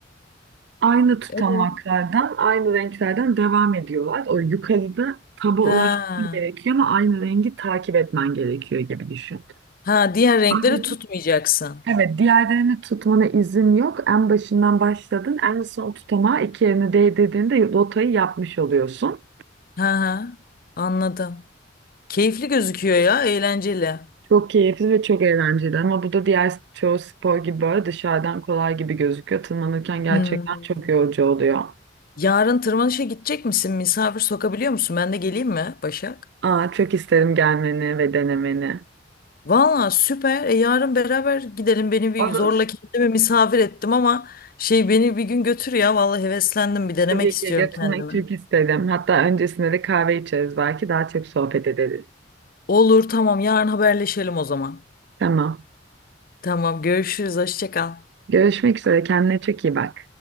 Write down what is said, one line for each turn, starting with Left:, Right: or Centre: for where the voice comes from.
Right: aynı tutamaklardan,
Left: E?
Right: aynı renklerden devam ediyorlar. O yukarıda taba ulaşman
Left: Ha.
Right: gerekiyor ama aynı rengi takip etmen gerekiyor gibi düşün.
Left: Ha diğer renkleri
Right: Ayrıca
Left: tutmayacaksın.
Right: Evet, diğerlerini tutmana izin yok. En başından başladın. En son tutamağa iki yerini değdirdiğinde rotayı yapmış oluyorsun.
Left: Ha ha. Anladım. Keyifli gözüküyor ya, eğlenceli.
Right: Çok keyifli ve çok eğlenceli ama bu da diğer çoğu spor gibi böyle dışarıdan kolay gibi gözüküyor. Tırmanırken gerçekten
Left: Hmm.
Right: çok yorucu oluyor.
Left: Yarın tırmanışa gidecek misin? Misafir sokabiliyor musun? Ben de geleyim mi Başak?
Right: Aa, çok isterim gelmeni ve denemeni.
Left: Valla süper. E, yarın beraber gidelim. Beni bir
Right: Olur.
Left: zorla kendimi misafir ettim ama şey beni bir gün götür ya. Valla heveslendim. Bir denemek
Right: Tabii
Left: istiyorum
Right: ki götürmek
Left: kendimi.
Right: çok isterim. Hatta öncesinde de kahve içeriz belki daha çok sohbet ederiz.
Left: Olur tamam yarın haberleşelim o zaman.
Right: Tamam.
Left: Tamam görüşürüz. Hoşça kal.
Right: Görüşmek üzere. Kendine çok iyi bak.